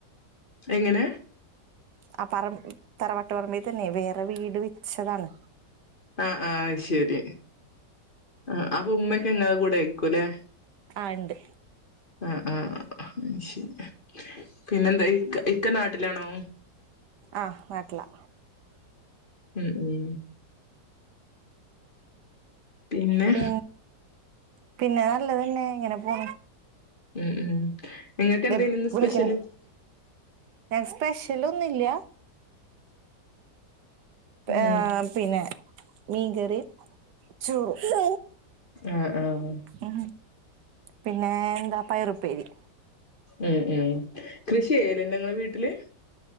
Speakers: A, on the left; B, on the right.
A: എങ്ങനെ
B: ആ പറമ്പ തറവാട്ടു പറമ്പിൽ തന്നെയ വേറെ വീട് വച്ചതാണ്
A: ആഹ് ആഹ്ശരി ആ അപ്പ ഉമ്മക്കെ നിങ്ങടെ കൂടെ ആയക്കുംല്ലേ
B: ആഹ് ഇണ്ട്
A: ആഹ് ആഹ് ശരി പിന്നെന്തേയ് ഇക്കെ നാട്ടിലാണോ
B: ആഹ് നാട്ടിലാ
A: ഉം ഉം പിന്നെ
B: പി പിന്നെ നല്ലതന്നെ ഇങ്ങനെ പോണ്
A: ഉം ഉം നിങ്ങൾക്ക്
B: ദെ
A: എന്തേനു
B: പ്പ
A: ഇന്ന്
B: വിളിക്കണ്
A: സ്പെഷ്യല്
B: ഞാൻ സ്പെഷ്യൽ ഒന്നുല്ല
A: ഉം
B: ഏ പിന്നെ മീൻകറി ചോറും
A: ആഹ് ആഹ്
B: ഉ പിന്നെ എന്താ പയറുപ്പേരി
A: ഉം ഉം കൃഷി ചെയ്യലുണ്ടോ നിങ്ങള് വീട്ടില്